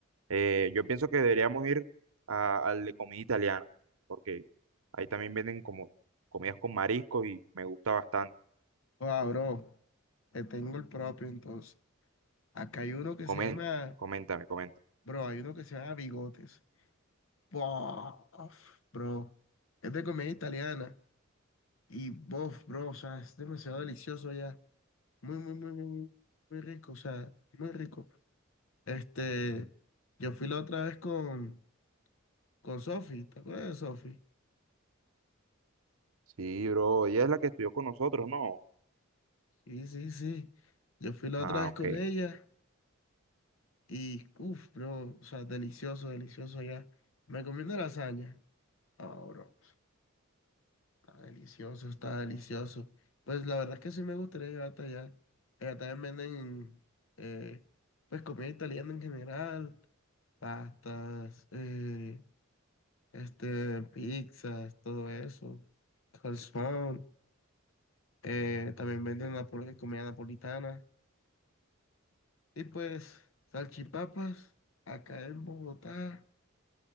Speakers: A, on the right; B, on the left.
A: Eh, yo pienso que deberíamos ir a- al de comida italiana, porque ahí también venden como comidas con marisco y me gusta bastante.
B: Ah, bro, te tengo el propio entonces. Acá hay uno que se
A: Comen,
B: llama,
A: coméntame, coméntame.
B: bro, hay uno que se llama Bigotes. Bof, bro, es de comida italiana y bof, bro, o sea, es demasiado delicioso ya. Muy, muy, muy, muy, muy muy rico, o sea, muy rico. Este, yo fui la otra vez con, con Sofi, ¿te acuerdas de Sofi?
A: Sí, bro, ella es la que estudió con nosotros, ¿no?
B: Sí, sí, sí. Yo fui la
A: Ah,
B: otra vez
A: ok.
B: con ella y, uff, bro, o sea, delicioso, delicioso allá. Me comí una lasaña. Ah, bro, está delicioso, está delicioso. Pues la verdad es que sí me gustaría llegar hasta allá. Allá también venden, eh, pues, comida italiana en general, pastas, eh, este, pizzas, todo eso, calzón. eh, también venden napole- comida napolitana. Y pues, salchipapas, acá en Bogotá,